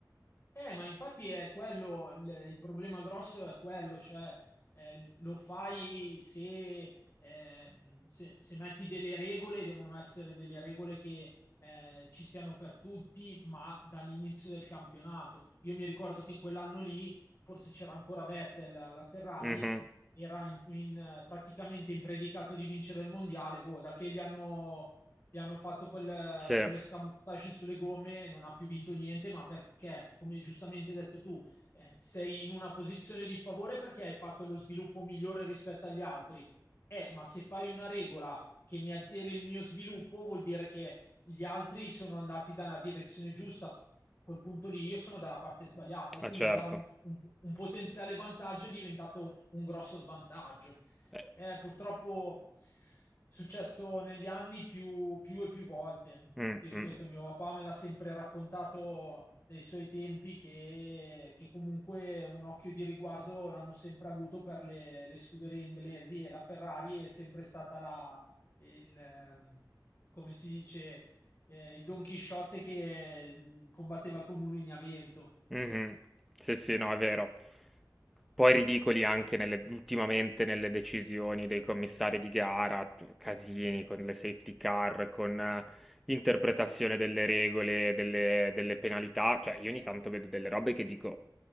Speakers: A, on the left; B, in the centre.
A: Eh, ma infatti è quello, il, il problema grosso è quello, cioè eh, lo fai se, eh, se- se metti delle regole, devono essere delle regole che eh, ci siano per tutti, ma dall'inizio del campionato. Io mi ricordo che quell'anno lì, forse c'era ancora Vettel alla Ferrari,
B: Mhm.
A: era in- in- praticamente impredicato di vincere il mondiale, boh, da che gli hanno gli hanno fatto quel,
B: Sì, è
A: quell'escamotage sulle gomme, non ha più vinto niente, ma perché, come giustamente hai detto tu, eh, sei in una posizione di favore perché hai fatto lo sviluppo migliore rispetto agli altri. Eh, ma se fai una regola che mi azzeri il mio sviluppo, vuol dire che gli altri sono andati dalla direzione giusta, quel punto lì io sono dalla parte sbagliata e quindi
B: certo.
A: da un, un- un potenziale vantaggio è diventato un grosso svantaggio.
B: Eh,
A: Eh, purtroppo è successo negli anni più, più e più volte.
B: mm,
A: Ti ripeto,
B: mm,
A: mio papà me l'ha sempre raccontato dei suoi tempi che, che comunque un occhio di riguardo l'hanno sempre avuto per le, le scuderie inglesi e la Ferrari è sempre stata la, il, ehm, come si dice, eh, il Don Chisciotte che eh, combatteva con mulini a vento.
B: Mhm. Sì, sì, no, è vero. Poi ridicoli anche nelle- ultimamente nelle decisioni dei commissari di gara, t- casini con le safety car, con eh, interpretazione delle regole, delle, delle penalità. Cioè, io ogni tanto vedo delle robe che dico,